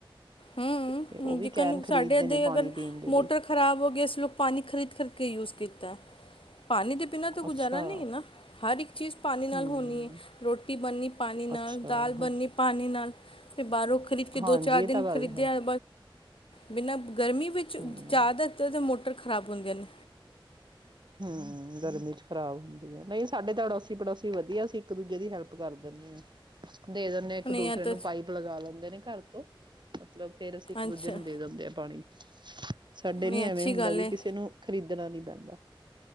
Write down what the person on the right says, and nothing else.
ਤੇ ਉਹ ਵੀ
ਕੈਨ ਖਰੀਦਦੇ
ਨੇ
ਪਾਣੀ ਪੀਣ ਦੇ
ਲਈ
ਅੱਛਾ
ਹਮ
ਅੱਛਾ
ਹ-
ਹਾਂਜੀ
ਇਹ
ਤਾਂ ਗੱਲ
ਹੈ
ਹਮ
ਹਮ ਗਰਮੀ ਚ ਖਰਾਬ ਹੁੰਦੀ ਆ ਨਹੀਂ ਸਾਡੇ ਤਾਂ ਅੜੋਸੀ ਪੜੋਸੀ ਵਧੀਆ ਅਸੀਂ ਇੱਕ ਦੂਜੇ ਦੀ ਹੈਲਪ ਕਰ ਦਿੰਦੇ ਹਾਂ ਦੇ ਦਿੰਦੇ ਇੱਕ
ਦੂਸਰੇ
ਨੂੰ
ਪਾਈਪ ਲਗਾ ਲੈਂਦੇ ਨੇ ਘਰ ਤੋਂ ਮਤਲਬ ਫੇਰ ਅਸੀਂ ਇੱਕ ਦੂਜੇ
ਨੂੰ ਦੇ ਦਿੰਦੇ ਆਾਂ ਪਾਣੀ ਸਾਡੇ
ਨੀ ਐਵੇਂ
ਹੁੰਦਾ
ਵੀ
ਕਿਸੇ ਨੂੰ ਖਰੀਦ ਜਾਣਾ ਨੀ ਪੈਂਦਾ